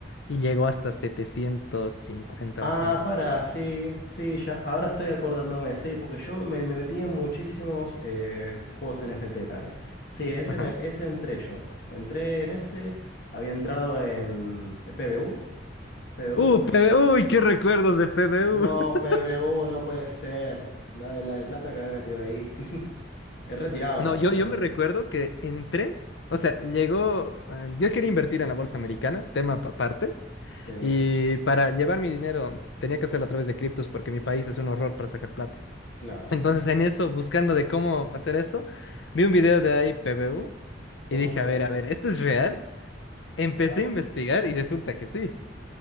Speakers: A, on the left (about 75°); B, on the left (about 55°).
A: y llegó hasta 750
B: Ah,
A: más o menos.
B: para, sí, sí, ya, ahora estoy acordándome, sí, porque yo me, me metí en muchísimos eh, juegos NFT también. Sí, ese,
A: Ajá.
B: me- ese entré yo. Entré en ese, había entrado en eh, PBU, PBU.
A: Uh,
B: cu-
A: PB uy, qué recuerdos de PBU.
B: No,
A: <laughs>
B: PBU no puede ser. La, de- la de plata que haber metido ahí. <laughs> He retirado
A: No,
B: también,
A: yo,
B: pero.
A: yo me recuerdo que entré, o sea, llegó, eh, yo quería invertir en la bolsa americana, tema pa- aparte,
B: Sí,
A: y para llevar mi dinero tenía que hacerlo a través de criptos porque mi país es un horror para sacar plata.
B: claro.
A: Entonces,
B: <laughs>
A: en eso, buscando de cómo hacer eso, vi un video de ahí AIPBU y
B: Mm,
A: dije, a ver, a ver, ¿esto es real? Empecé
B: es real.
A: a investigar y resulta que sí.